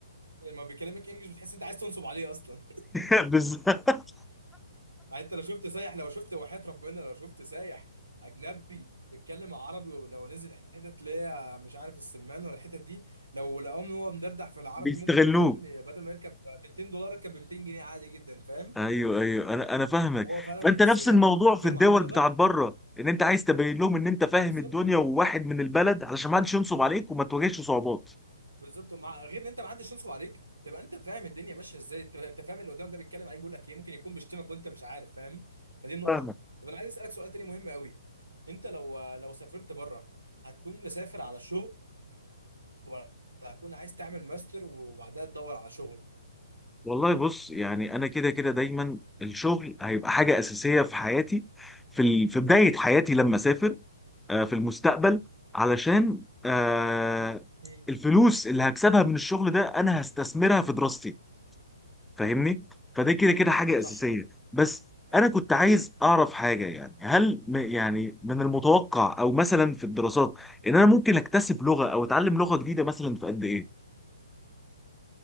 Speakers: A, on the right; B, in the centre.
A: لما بيكلمك انجلش بتحس ان انت عايز تنصب عليه اصلا
B: <laughs> بالظبط
A: يعني انت لو شفت سايح لو شفت وحياة ربنا لو شفت سايح اجنبي بيتكلم عربي ولو نزل حتت اللي هي مش عارف السمان ولا الحتت دي لو لقاهم ان هو مدردح في العربي
B: بيستغلوك
A: ممكن فاهم بدل ما يركب 200 دولار يركب ب 200 جنيه عادي جدا فاهم
B: ايوه ايوه انا انا فاهمك
A: فهو فعلا
B: فانت
A: السياح
B: نفس الموضوع
A: لما بينزلوا
B: في الدول
A: معاهم لغة
B: بتاعت بره ان انت عايز تبين لهم ان انت فاهم
A: بالظبط
B: الدنيا وواحد من البلد علشان ما حدش ينصب عليك وما تواجهش صعوبات
A: بالظبط ومع غير ان انت ما حدش ينصب عليك تبقى انت فاهم الدنيا ماشيه ازاي انت أنت فاهم اللي قدامك ده بيتكلم عليك بيقول لك ايه ممكن يكون بيشتمك وانت مش عارف فاهم فدي النقطه
B: فاهمك
A: طب انا عايز اسالك سؤال تاني مهم قوي انت لو لو سافرت بره هتكون مسافر على شغل ولا هتكون عايز تعمل ماستر وبعدها تدور على شغل
B: والله بص يعني انا كده كده دايما الشغل هيبقى حاجه اساسيه في حياتي في ال... في بدايه حياتي لما اسافر آه، في المستقبل علشان آه،
A: مم.
B: الفلوس اللي هكسبها من الشغل ده انا هستثمرها في دراستي فاهمني فده كده كده حاجه
A: صح
B: اساسيه بس
A: ايوه
B: انا كنت عايز اعرف حاجه يعني هل م- يعني من المتوقع او مثلا في الدراسات ان انا ممكن اكتسب لغه او اتعلم لغه جديده مثلا في قد ايه